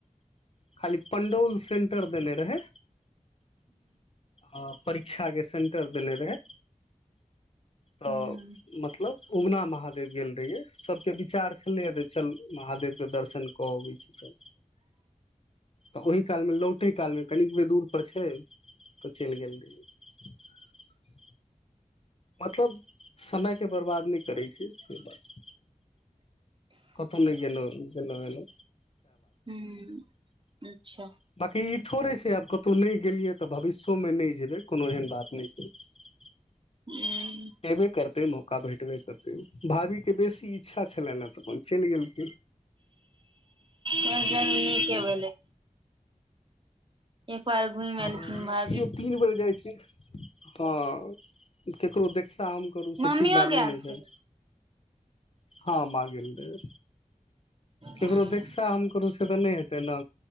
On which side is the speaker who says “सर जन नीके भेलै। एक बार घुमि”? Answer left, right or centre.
Right